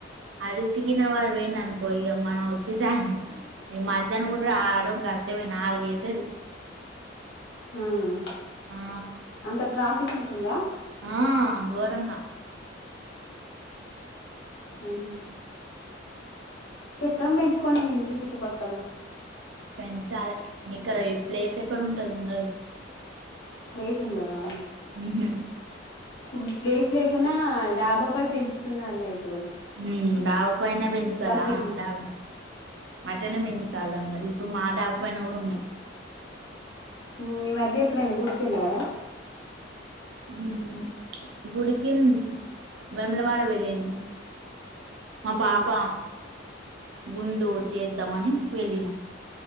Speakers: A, on the right (about 80°); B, on the left (about 65°).
A: అది సికింద్రాబాద్ పోయిన్ననుకో ఇక మనం వచ్చేసి మధ్యాహ్నం కూడా రావడం కష్టమే నల్గైతది
B: అవునా
A: ఆ
B: అంత ట్రాఫిక్ ఉంటుందా
A: ఆ గోరంగా
B: ఆహ చెట్లను పెంచుకోండి మీ ఇంటి చుట్టుపక్కల
A: పెంచాలే ఇక్కడ ఈ ప్లేస్ ఎక్కడ ఉంటది ఉండది
B: ప్లేస్ ఉండదా
A: ఉహు
B: ఇప్పుడు ప్లేస్ లేకున్నా డాబా పై పెంచుతున్నారు గా ఇప్
A: ఉమ్ డావపైనే పెంచుతాలా
B: బకెట్ల
A: ద అ అంటనే పెంచుతాలన్నా ఇప్పుడు మా డావ పైన కూడా ఉన్నాయి
B: ఉమ్ ఈ మధ్య ఎప్పుడైన గుడికేళ్ళారా
A: ఉమ్ గుడికి వెమలవాడ వెళ్ళినం మా
B: ఉమ్
A: పాప గుండు చేద్దామని వెళ్ళినం